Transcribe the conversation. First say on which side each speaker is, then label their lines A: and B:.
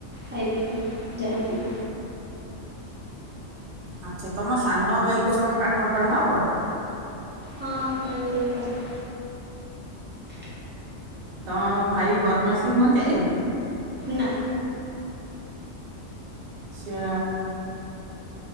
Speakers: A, on the right (about 15°); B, on the right (about 55°).
A: ଖାଇ ପିଇକି ଯାଆନ୍ତି।
B: । ଆଚ୍ଛା ତମ ସାନ ଭାଇ ଙ୍କୁ ତମେ ପାଠ ପଢାଅ
A: ହଁ ବେଳେବେଳେ ପଢ଼ା
B: ତମ ଭାଇ ବଦ୍ମାସି ହୁଅନ୍ତି।
A: ନା
B: ସେୟା